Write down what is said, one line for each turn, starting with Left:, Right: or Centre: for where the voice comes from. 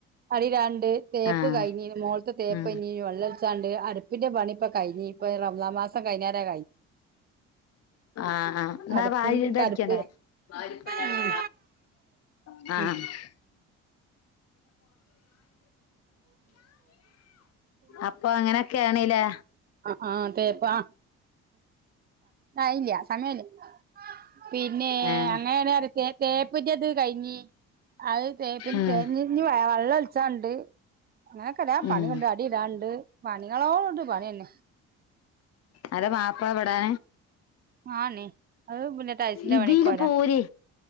Right: അടിയിലാണ്ട് തേപ്പ്
Left: ആഹ്
Right: കഴിഞ്ഞീന് മോളത്ത് തേപ്പ്
Left: ഉം
Right: കഞ്ഞീ വെള്ളിച്ചാണ്ട് അടു ഇപ്പിന്റെ പണി ഇപ്പൊഴിഞ്ഞ ഇപ്പ റംസാൻ മാസം കഴിഞ്ഞാലേ
Left: ആഹ് ആഹ് എന്നാ
Right: അടുപ്പ്
Left: വായ
Right: ഇൻക്ക്
Left: ഇതടിക്കണേ
Right: അടുപ്പ്
Left: മാരിപ്പലള
Right: ഉം
Left: <unintelligible>
Right: ഉം
Left: അപ്പൊ അങ്ങനെ ക്ക ആണല്ലേ
Right: ആഹ് ആഹ് അതേപ്പ ആ ആയില്ല സമയമെടുക്കും പിന്നെ
Left: ആഹ്
Right: അങ്ങനണ തേപ്പിന്റെത് കഴിഞ്ഞി അത തേ പിന്നെ
Left: ഉം
Right: തേപ്പ് ഇ വെള്ളം ഒളിച്ചാണ്ട് അങ്ങനെയൊക്കെ ഇടയാ പണി
Left: ഉം
Right: കൊണ്ട് അടി ഇടാണ്ട് പണികളോട്ണ്ട് പണി തന്നെ
Left: അത മാപ്പ എവിടേ
Right: ആണീ അത് പിന്നെ ടൈൽസിന്റെ
Left: ഇതിയില്
Right: പണിക്കോല
Left: പോര്